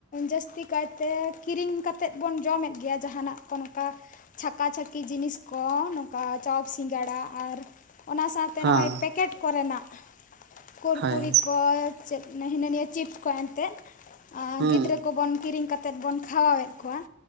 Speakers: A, on the left; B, on the right.
A: ᱡᱟᱥᱛᱤ ᱠᱟᱭᱛᱮ ᱠᱤᱨᱤᱧ ᱠᱟᱛᱮᱫ ᱵᱚᱱ ᱡᱚᱢᱮᱫ ᱜᱮᱭᱟ ᱡᱟᱦᱟᱱᱟᱜ ᱠᱚ ᱱᱚᱝᱠᱟ ᱪᱷᱟᱠᱟ ᱪᱷᱟᱠᱤ ᱡᱤᱱᱤᱥ ᱠᱚ ᱱᱚᱝᱠᱟ ᱪᱟᱯ ᱥᱤᱸᱜᱟᱹᱲᱟ ᱟᱨ ᱚᱱᱟ ᱛᱮ
B: ᱦᱚᱸ
A: ᱱᱚᱜᱼᱚᱭ ᱯᱮᱠᱮᱴ ᱠᱚᱨᱮᱱᱟᱜ ᱠᱩᱨᱠᱩᱨᱤ
B: ᱦᱳᱭ
A: ᱠᱚ ᱪᱮᱫ ᱱᱮ ᱦᱤᱱᱟᱹ ᱱᱤᱭᱟᱹ ᱪᱤᱯᱥ ᱠᱚ ᱮᱱᱛᱮᱫ, ᱟᱸ
B: ᱦᱩᱸ
A: ᱜᱤᱫᱽᱨᱟᱹ ᱠᱚᱵᱚᱱ ᱠᱤᱨᱤᱧ ᱠᱟᱛ ᱛᱮᱫ ᱵᱚᱱ ᱠᱷᱟᱣᱟᱣᱮᱫ ᱠᱚᱣᱟ